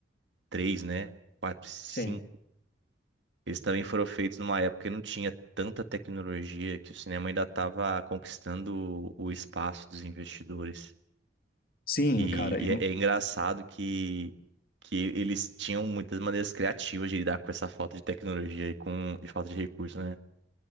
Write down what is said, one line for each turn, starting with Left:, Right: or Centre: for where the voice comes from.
Right: três, né? Quatro e cinco.
Left: Sim.
Right: Eles também foram feitos numa época que não tinha tanta tecnologia, que o cinema ainda estava conquistando o espaço dos investidores.
Left: Sim,
Right: E,
Left: cara. e-
Right: e é, é engraçado que, que eles tinham muitas maneiras criativas de lidar com essa falta de tecnologia e com e falta de recurso, né?